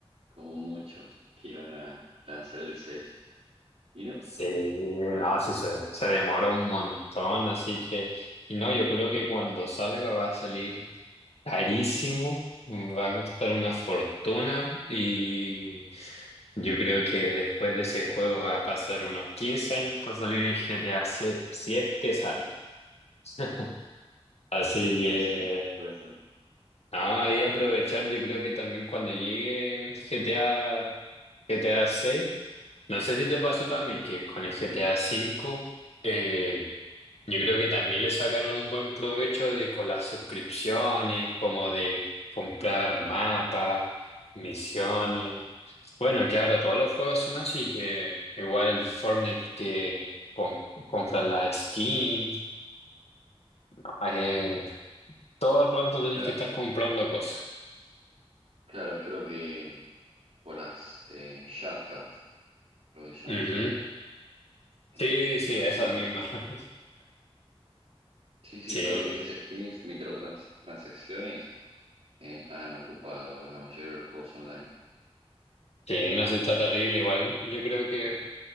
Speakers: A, on the right; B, on the left.
A: como mucho, que iban a lanzar el 6. ¿Y no?
B: sí, no,
A: Perdón.
B: sí se, se demora un montón, así que, y no, yo creo que cuando salga va a salir carísimo, va a costar una fortuna y yo creo que después de ese juego va a pasar unos 15 años para salir el GTA siete si es que sale. <laughs> Así que,
A: Sí, sí, puede ser.
B: no, ahí aprovechar, yo creo que también cuando llegue el GTA, GTA seis No sé si te pasó también que con el GTA cinco eh, yo creo que también le sacaron un buen provecho de con las suscripciones, como de comprar mapas, misiones. Bueno, que ahora todos los juegos son así, que igual el Fortnite que com- compras la skin, no, eh, todo el rato tenés
A: Claro,
B: que estar comprando cosas.
A: claro, creo que por las eh, Shark Cards, lo que se llaman
B: Ujú.
A: GTA. Eh,
B: Sí, sí,
A: pero
B: esas
A: sí,
B: mismas. <laughs>
A: sí, sí,
B: Sí,
A: todo lo que es skins, microtransacciones han ocupado la mayoría de los juegos online.
B: sí, no sé, está terrible igual. Yo creo que